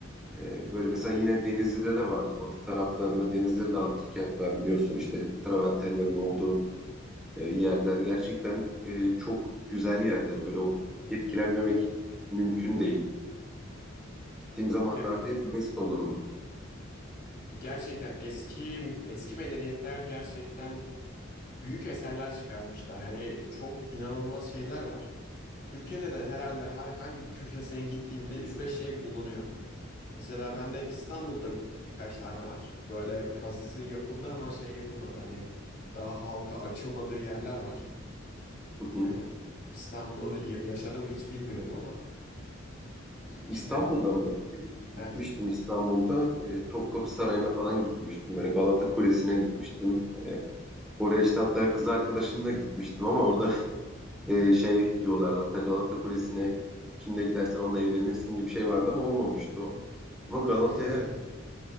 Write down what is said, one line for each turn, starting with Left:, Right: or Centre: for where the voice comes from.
Centre: Ee, Böyle mesela yine Denizli'de de vardı batı taraflarında. Denizli'de de antik kent var biliyorsun işte travertenlerin olduğu e, yerler. Gerçekten e, çok güzel yerler. Böyle o etkilenmemek mümkün değil. Gittiğim zamanlarda
Left: ya
Centre: hep mest olurum.
Left: Gerçekten eski eski medeniyetler gerçekten büyük eserler çıkarmışlar. Yani çok inanılmaz şeyler var. Türkiye'de de herhalde herhangi bir köşesine gittiğinde üç beş şey bulunuyor. Mesela ben de İstanbul'da birkaç tane var. Böyle kazısı yapıldı ama şey yapılmadı. Hani daha halka açılmadığı yerler var.
Centre: Hı hı.
Left: Yani İstanbul'u ya- yaşadım mı hiç bilmiyorum ama i-
Centre: İstanbul'da
Left: işte o
Centre: mı? Gitmiştim
Left: evet.
Centre: İstanbul'da. E, Topkapı Sarayı'na falan gitmiştim. Böyle Galata Kulesi'ne gitmiştim. E, Oraya işte hatta kız arkadaşımla gitmiştim ama orada <laughs> e, şey diyorlardı. Hatta Galata Kulesi'ne kimle gidersen onunla evlenirsin gibi bir şey vardı ama olmamıştı o. Ama Galata'ya
Left: <laughs>